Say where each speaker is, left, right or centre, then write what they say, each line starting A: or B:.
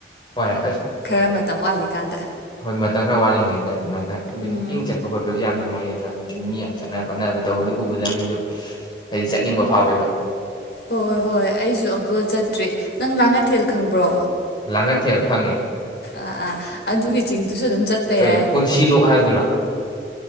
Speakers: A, on the left; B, on the left.
A: ꯍꯣꯏ ꯑꯁ
B: ꯈꯔ ꯃꯇꯝ ꯋꯥꯠꯂꯤꯀꯥꯟꯗ
A: ꯍꯣꯏ ꯃꯇꯝ ꯈꯔ ꯋꯥꯠꯂꯤꯉꯩꯗ ꯃꯥꯢꯅ ꯍꯥꯢꯗꯤ
B: ꯎꯝ
A: ꯍꯥꯢꯀꯤꯡ ꯆꯠꯄ ꯈꯣꯠꯄꯁꯦ ꯌꯥꯝꯅ ꯅꯨꯡꯉꯥꯏꯌꯦꯕ ꯍꯥꯏꯗꯤ ꯃꯤ ꯌꯥꯝ ꯆꯠꯅ ꯈꯣꯠꯅꯕ ꯇꯧꯕꯗ ꯎꯕꯗ ꯑꯩꯁꯨ ꯍꯥꯏꯗꯤ ꯆꯠꯅꯤꯡꯕ ꯐꯥꯎꯋꯦꯕ
B: ꯍꯣꯏ ꯍꯣꯏ ꯍꯣꯏ ꯑꯩꯁꯨ ꯑꯃꯨꯛꯇ ꯆꯠꯇ꯭ꯔꯤ ꯅꯪ ꯂꯥꯡꯉꯊꯦꯜ ꯈꯪꯕ꯭ꯔꯣ
A: ꯂꯥꯡꯉꯊꯦꯜ ꯈꯪꯉꯦ
B: ꯑ ꯑꯥ ꯑꯗꯨꯒꯤ ꯆꯤꯡꯗꯨꯁꯨ ꯑꯗꯨꯝ ꯆꯠꯄ
A: ꯀꯩꯌꯦꯕ
B: ꯌꯥꯏ
A: ꯄꯨꯟꯁꯤꯂꯣꯛ ꯍꯥꯏꯕꯗꯨꯔꯥ